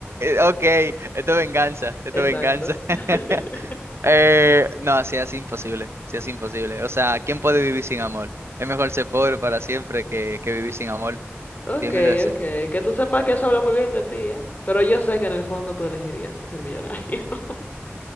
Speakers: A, on the right; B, on the left.
A: Ok, esto es venganza, esto
B: Exacto.
A: es venganza. <laughs>
B: <laughs>
A: Eh, no, sí, es imposible, sí, es imposible. O sea, ¿quién puede vivir sin amor? Es mejor ser pobre para siempre que, que vivir sin amor,
B: Ok,
A: diez mil veces.
B: ok. Que tú sepas que eso habla muy bien de ti, ¿eh? Pero yo sé que en el fondo tú elegirías ser millonario. <laughs>